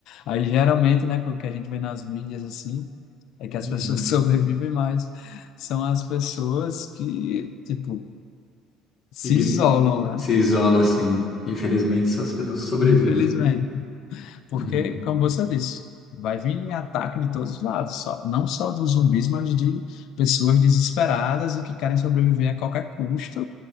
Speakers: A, on the left; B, on the left.
A: Aí geralmente, né, o que a gente vê nas mídias assim, é que as
B: Uhum.
A: pessoas <laughs> sobrevivem mais. São as pessoas que, tipo, se
B: Ign-
A: isolam, né?
B: Se isola assim. Infelizmente, só as pessoas que sobrevivem.
A: Infelizmente. Porque,
B: Uhum,
A: como você disse, vai vir ataque de todos os lados, só, não só dos zumbis, mas de pessoas desesperadas e que querem sobreviver a qualquer custo,